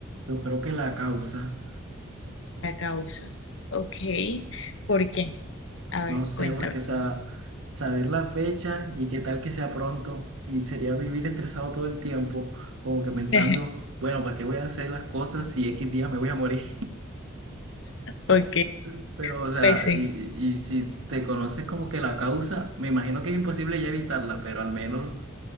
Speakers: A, on the right; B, on the left.
A: yo creo que la causa.
B: La causa. Ok. ¿Por qué? A ver,
A: No sé,
B: cuéntame.
A: porque, o sea, saber la fecha y qué tal que sea pronto, y sería vivir estresado todo el tiempo, como que pensando,
B: <laughs>
A: bueno, ¿para qué voy a hacer las cosas si X día me voy a morir?
B: Ok,
A: <laughs> Pero, o sea,
B: pues sí.
A: y, y si te conoces como que la causa, me imagino que es imposible ya evitarla, pero al menos